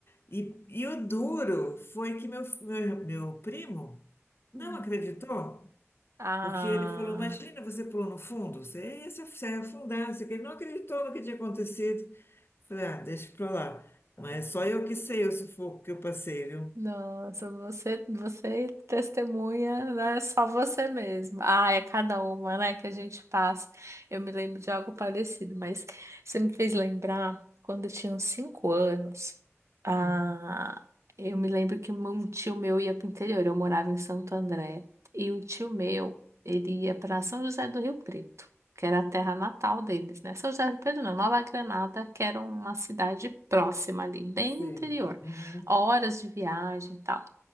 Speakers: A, on the left; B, on the right.
A: E, e o duro foi que meu, meu, meu primo não
B: Hum.
A: acreditou,
B: Ah.
A: porque ele falou: Imagina você pulou no fundo, você ia se se afundar. não sei o quê. Ele não acreditou no que tinha acontecido. Falei: Ah, deixa pra lá. Mas é só eu que sei o sufoco que eu passei, viu?
B: Nossa, você, você testemunha, né? Só você mesma. Ah, é cada uma, né, que a gente passa. Eu me lembro de algo parecido, mas você me fez lembrar quando eu tinha uns cinco anos. Ah,
A: Hum,
B: eu me lembro que um tio meu ia para o interior. Eu morava em Santo André e o tio meu ele ia para São José do Rio Preto, que era a terra natal deles, né? São José do Rio Preto, não, Nova Granada, que era uma cidade próxima ali, bem
A: sei.
B: no interior
A: Uhum.
B: horas de viagem e tal.